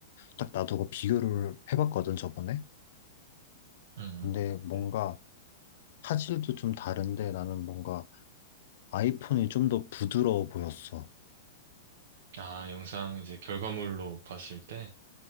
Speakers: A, on the left; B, on the right.
A: 딱 놔두고 비교를 해봤거든, 저번에.
B: 음.
A: 근데 뭔가
B: 네.
A: 화질도 좀 다른데 나는 뭔가 아이폰이 좀 더 부드러워 보였어.
B: 아, 영상 이제 결과물로 봤을 때?